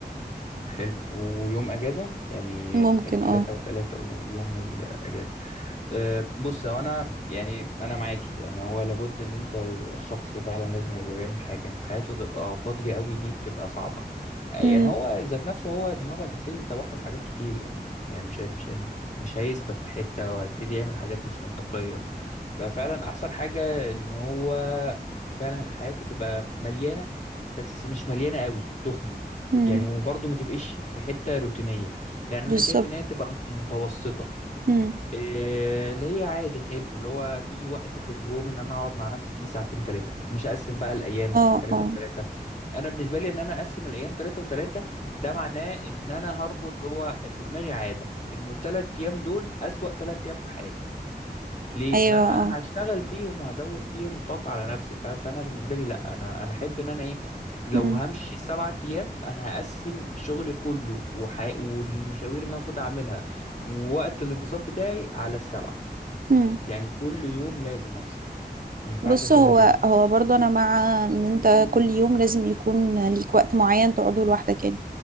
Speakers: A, on the left; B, on the right.
A: حلو ويوم اجازة يعني
B: ممكن
A: التلاتة
B: اه
A: وتلاتة ويوم الاجازة أه، بص هو انا يعني انا معاكي يعني هو لابد ان انت يبقى الشخص فعلا لازم يبقى بيعمل حاجه ان حياته تبقى فاضيه قوي دي بتبقى صعبه أه، يعني
B: امم
A: هو ذات نفسه هو دماغه هتبتدي تتوحل حاجات كتير يعني يعني مش هي- مش هي- مش هيثبت في حته وهيبتدي يعمل حاجات مش منطقيه ففعلا احسن حاجه ان هو فعلا حياته تبقى مليانه بس مش مليانه قوي تخنق
B: امم
A: يعني وبرضه ما تبقاش في حته روتينيه لان
B: بالظبط
A: انا شايف ان هي تبقى متوسطه
B: امم
A: إيه اللي هي عادي حلو اللي هو في وقت في اليوم ان انا اقعد مع نفسي فيه ساعتين ثلاثه مش هقسم بقى الايام
B: اه
A: ثلاثه
B: اه
A: وثلاثه انا بالنسبه لي ان انا اقسم الايام ثلاثه وثلاثه ده معناه ان انا هربط جوه في دماغي عاده انه الثلاث ايام دول اسوأ ثلاث ايام في حياتي ليه
B: ايوه
A: ان انا
B: اه
A: هشتغل فيهم وهزود فيهم طاقه على نفسي ف- فانا بالنسبه لي لا انا انا احب ان انا ايه لو
B: مم.
A: همشي سبعة ايام انا هقسم شغلي كله وح... والمشاوير اللي انا المفروض اعملها ووقت الانبساط بتاعي على السبعه
B: مم.
A: يعني كل يوم لازم افصل ما ينفعش
B: بص
A: اسيبها
B: هو
A: كده
B: هو برضه انا مع ان انت كل يوم لازم يكون ليك وقت معين تقعده لوحدك يعني